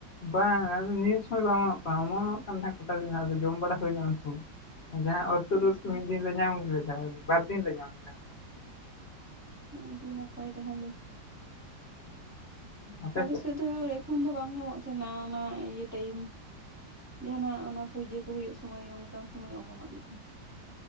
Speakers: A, on the left; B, on the right.
A: ᱵᱟᱝ ᱟᱫᱚ ᱱᱤᱭᱟᱹ ᱥᱚᱢᱚᱭ ᱵᱟᱝ ᱚᱢᱚᱱᱚᱜ ᱠᱟᱱᱟ ᱚᱢᱚᱱᱚᱜ ᱠᱟᱱ ᱛᱟᱦᱮ ᱠᱚᱴᱟ ᱫᱤᱱ ᱞᱟᱦᱟ ᱫᱚ ᱡᱚᱢ ᱵᱟᱲᱟ ᱦᱩᱭᱱᱟ ᱩᱱ ᱥᱚᱢᱚᱭ᱾ ᱡᱟᱦᱟ ᱚᱨ ᱛᱩᱫ
B: ᱟᱪᱪᱷᱟ
A: ᱩᱫ ᱠᱚ ᱢᱤᱜ ᱫᱤᱱ ᱞᱮ ᱧᱟᱢ ᱞᱮᱫᱟ ᱵᱟᱨ ᱫᱤᱱ ᱞᱮ ᱧᱟᱢ ᱞᱮᱫᱟ᱾ ᱟᱨᱠᱤ᱾
B: ᱟᱰᱤ ᱱᱟᱯᱟᱭ ᱛᱟᱦᱞᱮ᱾
A: ᱟᱯᱮ
B: ᱟᱞᱮ
A: ᱥᱮᱫ
B: ᱥᱮᱜ ᱫᱚ ᱮᱠᱷᱚᱱ ᱫᱚ ᱵᱟᱝ ᱧᱟᱢᱚᱜ ᱛᱟᱦᱮᱱᱟ ᱚᱱᱟ ᱤᱭᱟᱹ ᱴᱟᱭᱤᱢ᱾ ᱡᱟᱦᱟᱱᱟᱜ ᱚᱱᱟ ᱯᱩᱡᱟᱹ ᱠᱚ ᱦᱩᱭᱩᱜ ᱥᱳᱢᱚᱭ ᱚᱱᱠᱟᱱ ᱥᱚᱢᱚᱭ ᱚᱢᱚᱱᱚᱜ ᱜᱮᱭᱟ᱾